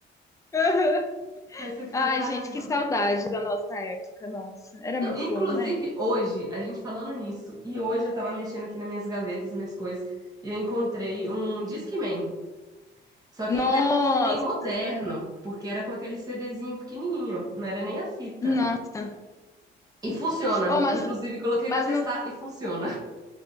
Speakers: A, on the left; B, on the right.
A: <laughs>
B: <laughs> Aí você fica,
A: Ai,
B: caramba.
A: gente, que saudade da nossa época, nossa. Era
B: Não,
A: muito
B: inclusive,
A: bom, né?
B: hoje, a gente falando nisso, e hoje eu tava mexendo aqui nas minhas gavetas, minhas coisas, e eu encontrei um Discman. Só
A: Nossa,
B: que ainda era um Discman moderno, porque era com aquele CDzinho pequenininho, não era nem a fita.
A: nossa.
B: E funciona.
A: Oh, mas,
B: Inclusive, coloquei
A: mas,
B: pra testar
A: no,
B: e funciona.